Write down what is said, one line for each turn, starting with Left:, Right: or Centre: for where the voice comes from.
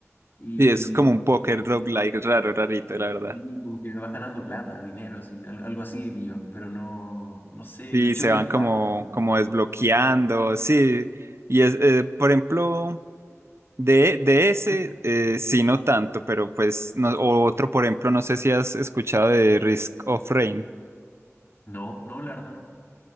Left: y,
Right: Y es como un póker roguelike raro, rarito, la verdad.
Left: sí, como que vas ganando plata, dinero, sí, al- algo así vi yo, pero no, no sé.
Right: Y
Left: De hecho,
Right: se
Left: es...
Right: van como,
Left: raro.
Right: como desbloqueando, sí. Y es, eh, por ejemplo, De, de ese,
Left: <laughs>
Right: eh, sí, no tanto, pero pues, no- o otro, por ejemplo, no sé si has escuchado de Risk of Rain.
Left: No, no, la verdad no.